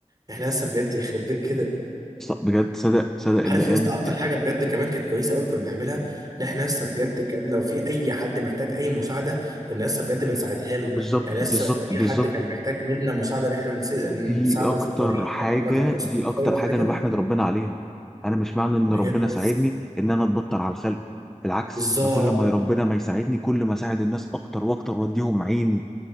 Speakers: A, on the right; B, in the centre.
A: احنا لسه بجد يخرب بيت كده
B: بجد صدق صدق
A: عارف
B: اللي
A: يا
B: قال
A: اسطى اكتر حاجه بجد كمان كانت كويسه قوي كنا بنعملها ان احنا لسه بجد كان لو في اي حد محتاج اي مساعده كنا لسه بجد بنساعدها له
B: بالظبط
A: يعني لسه
B: بالظبط
A: لو في
B: بالظبط
A: حد كان محتاج منا مساعده ان احنا نس- نساعده
B: دي اكتر
A: في الطريق
B: حاجة
A: او عامه نوصله
B: دي اكتر حاجة
A: لحاجه
B: انا بحمد ربنا عليها انا مش معنى ان
A: بجد
B: ربنا ساعدني
A: بس
B: ان انا اتبطر على الخلق بالعكس
A: بالظبط
B: انا كل ما ربنا ما يساعدني كل ما اساعد الناس اكتر واكتر واديهم عيني